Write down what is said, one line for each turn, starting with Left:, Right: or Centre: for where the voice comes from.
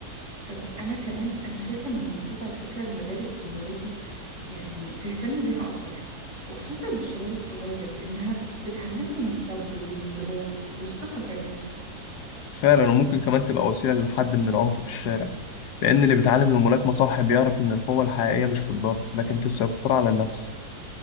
Right: طب أنا كمان أنا شايفة إن المفروض على فكرة المدارس والنوادي يعني تهتم بيها أكتر وخصوصا للشباب الصغير لأنها بتعلمهم الصبر والانضباط والثقة كمان
Left: فعلا وممكن كمان تبقى وسيلة لحد من العنف في الشارع لأن اللي بيتعلم الملاكمة صح بيعرف إن القوة الحقيقية مش في الضرب لكن في السيطرة على النفس